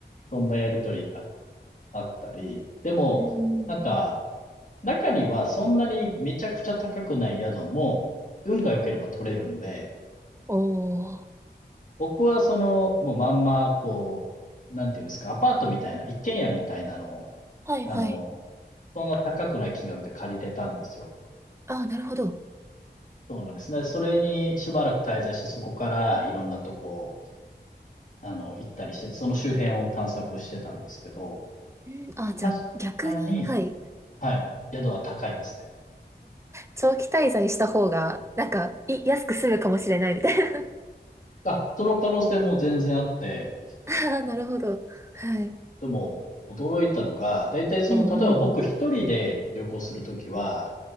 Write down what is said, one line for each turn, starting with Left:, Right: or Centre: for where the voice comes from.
Left: そんなやりとりがあったり、でも、
Right: うん。
Left: なんか、中にはそんなにめちゃくちゃ高くない宿も、運が良ければ取れるんで、
Right: おー。
Left: 僕はその、もうまんま、こう、なんていうんですか、アパートみたいな、一軒家みたいなのを、
Right: はい、
Left: あの、
Right: はい。
Left: そんな高くない金額で借りれたんですよ。
Right: ああ、なるほど。
Left: そうなんですね。それにしばらく滞在して、そこからいろんなとこ、あの、行ったりして、その周辺を探索してたんですけど、
Right: うん、あ、じゃあ逆に、
Left: 確かに、
Right: はい。
Left: はい、宿は高いですね。
Right: 長期滞在した方が、なんか、い、安く済むかもしれないみたいな。
Left: あ、その可能性も全然あって、
Right: <laughs> ああ、なるほど。はい。
Left: でも驚いたのが、だいたいその、
Right: うんうん。
Left: 例えば僕一人で旅行するときは、